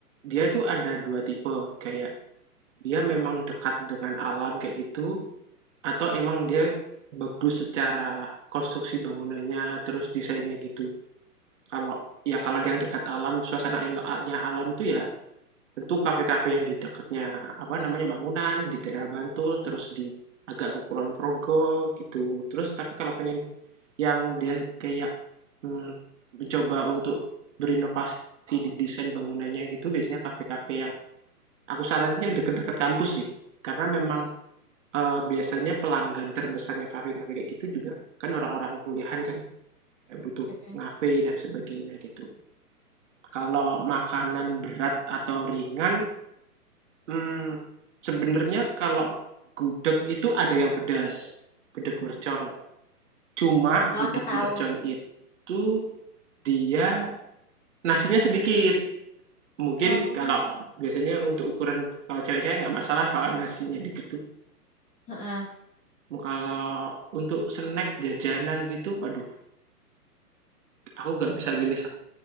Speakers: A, on the right (about 50°); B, on the left (about 15°).
A: dia tuh ada dua tipe kayak dia memang dekat dengan alam kayak gitu atau emang dia bagus secara konstruksi bangunannya terus desainnya gitu kalau ya kalau yang dekat alam suasananya alam itu ya tentu kafe-kafe yang di dekatnya apa namanya bangunan di daerah Bantul terus di agak ke Kulon Progo gitu terus tapi kalau pengen yang dia kayak mm, mencoba untuk berinovasi di desain bangunannya gitu biasanya kafe-kafe yang Aku saranin yang deket-deket kampus sih, karena memang eh, biasanya pelanggan terbesarnya kafe-kafe kayak gitu juga kan orang-orang kuliahan kan, kayak butuh
B: Mm-mm.
A: ngafe dan sebagainya gitu. Kalau makanan berat atau ringan, hmm, sebenarnya kalau gudeg itu ada yang pedas, gudeg mercon. Cuma
B: Oh,
A: gudeg
B: aku tahu.
A: mercon itu dia nasinya sedikit. Mungkin
B: Oh,
A: kalau biasanya untuk ukuran kalau cewek-cewek nggak masalah kalau nasinya dikit
B: heeh.
A: Kalau untuk snack, jajanan gitu, aduh aku nggak bisa pilih